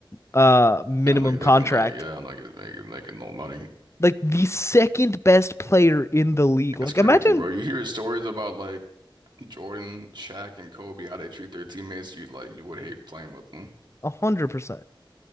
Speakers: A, on the left; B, on the right.
A: uh minimum
B: I don't know, making
A: contract.
B: like, yeah, I don't know, making, making no money.
A: Like, the second best player in the league. Like,
B: It's crazy,
A: imagine
B: bro. You hear stories about like Jordan, Shaq, and Kobe, how they treat their teammates. You like, you would hate playing with them.
A: 100%.